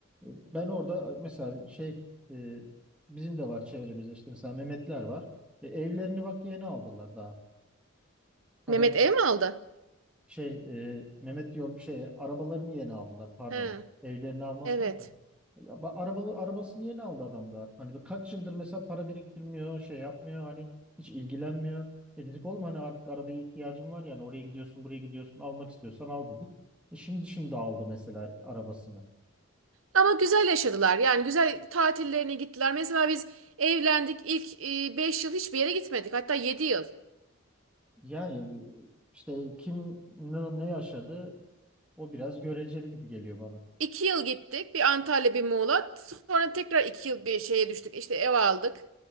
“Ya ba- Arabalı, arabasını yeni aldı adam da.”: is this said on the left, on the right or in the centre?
Centre